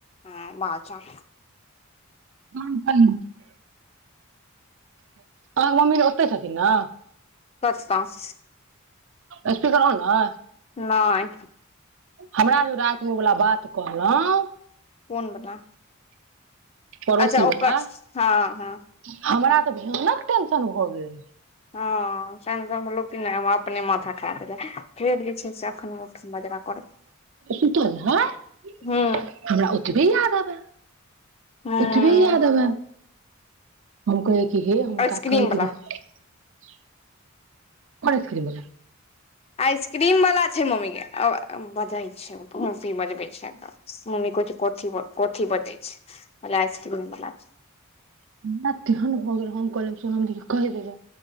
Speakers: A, on the left; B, on the right.
A: हँ बाचार
B: अहाँके मम्मी ओतहि छथिन ने
A: स् <unintelligible>
B: एसपी करौ ने
A: नहि
B: हमरा जे रातिमे वला बात कहलहुँ
A: फोन बला
B: पड़ोसी
A: अच्छा
B: वला
A: ओकर हँ हँ
B: हमरा तऽ भियानक टेंशन भऽ गेल
A: हँ स लोक अपने माथा खा देेल फेर छै से अखन मुठ मजरा करत
B: सुतल रहै
A: हूँ
B: हमरा ओतबे याद आबै
A: हूँ
B: उतबे याद अवे कोइ कि हे हम
A: आइसक्रीम
B: का कह ह
A: बला
B: देबै कोन आस करी बला <inaudible>
A: आइसक्रीम वाला छै मम्मी के बजा छै मफी बजबे छै मम्मी कोथी बजै छै आइसक्रीम बला
B: हमरा तेहन हम कहल सुन कहि देबै